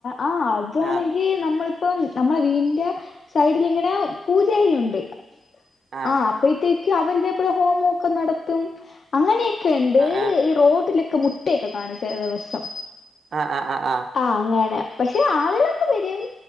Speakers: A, on the left; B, on the right.
A: ആ് അതാണെങ്കിൽ
B: ആഹ്
A: നമ്മളിപ്പം നമ്മളെ വീന്റെ സൈഡിലിങ്ങനെ പൂജാരി ഉണ്ട്
B: ആഹ്
A: ആ അപ്പത്തേ അവരിതേപലെ ഹോമഒക്കെ നടത്തും അങ്ങനെയൊക്കെ ഉണ്ട്
B: ആഹ് ആഹ്
A: ഈ റോട്ടില് <unintelligible> മുട്ടയൊക്കെ കാണിച്ച ദിവസം
B: ആഹ ആഹ ആഹ ആഹ
A: ആഹ് അങ്ങനെ പക്ഷെ ആളുകളൊക്കെ വരും